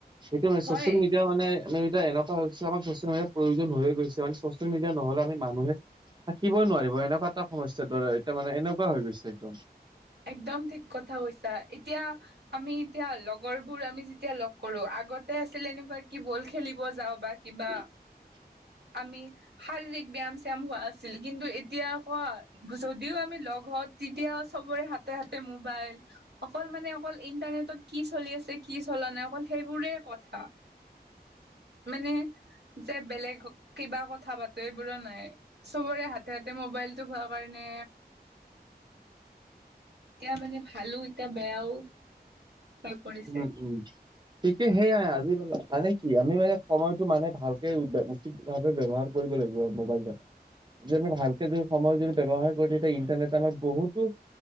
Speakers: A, on the right; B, on the right.
A: সেটো মানে
B: হয়
A: ছচিয়েল মিডিয়া মানে আমি এতিয়া এনেকুৱা হৈ গৈছে আমাক ছচিয়েল মিডিয়াৰ প্ৰয়োজন হৈয়ে গৈছে, মানে ছচিয়েল মিডিয়া নহ'লে আমি মানুহে থাকিবই নোৱাৰিব এনেকুৱা এটা সমস্যাৰ দৰে, এতিয়া মানে এনেকুৱা হৈ গৈছে একদম।
B: একদম ঠিক কথা কৈছা, এতিয়া আমি এতিয়া লগৰ বোৰ আমি যেতিয়া লগ কৰো, আগতে আছিল এনেকুৱা কি বল খেলিব যাওঁ বা কিবা
A: <unintelligible>
B: আমি শাৰীৰিক ব্যায়াম চয়াম হোৱা আছিল, কিন্তু এতিয়া কোৱা যদিও আমি লগ হওঁ তেতিয়া সবৰে হাতে হাতে মোবাইল অকল মানে অকল ইণ্টাৰনেটত কি চলি আছে কি চলা নাই অকল সেইবোৰে কথা, মানে যে বেলেগ কিবা কথা পাতো এইবোৰো নাই। চবৰে হাতে হাতে মোবাইলটো হোৱা কাৰণে এতিয়া মানে ভালো এতিয়া বেয়াও, হৈ পৰিছে
A: উম উম তে সেয়াই আজি মানে কি আমি মানে সময়তটো মানে ভালকে উচিত ভাৱে ব্যৱহাৰ কৰিব লাগিব মোবাইলত। যেদি আমি ভালকে যদি সময় যদি ব্যৱহাৰ কৰো তেতিয়া ইণ্টাৰনেট আমাৰ বহুতো